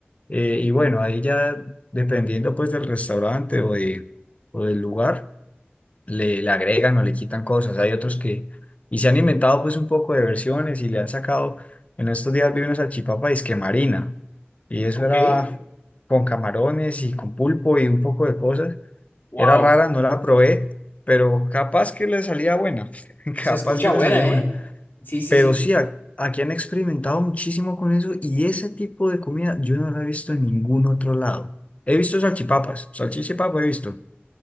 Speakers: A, on the left; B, on the left.
A: eh, y bueno, ahí ya dependiendo pues del restaurante o, de, o del lugar le, le agregan o le quitan cosas. Hay otros que, y se han inventado pues un poco de versiones y le han sacado, en estos días vi una salchipapa disque marina, y eso
B: Ok,
A: era con camarones y con pulpo y un poco de cosas.
B: wow,
A: Era rara, no la probé, pero capaz que le salía buena, <laughs>
B: se
A: capaz
B: escucha
A: que le
B: buena,
A: salía
B: ¿eh?
A: buena.
B: Sí, sí,
A: Pero
B: sí,
A: sí, a- aquí han experimentado muchísimo con eso y ese tipo de comida yo no la he visto en ningún otro lado. He visto salchipapas, salchichipapa he visto,